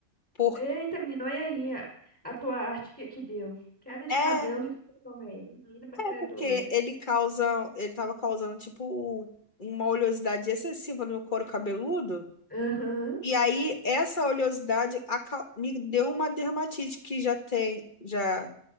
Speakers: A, on the left; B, in the centre.
A: Porque.
B: Eita, menino, olha aí a, a tua arte que, que deu. Queda de
A: É,
B: cabelo e correia. Menina, mas
A: É
B: tu é
A: porque
B: doida.
A: ele causa, ele tava causando tipo uma oleosidade excessiva no meu couro cabeludo.
B: Aham,
A: E aí essa oleosidade aca- me deu uma dermatite que já tem já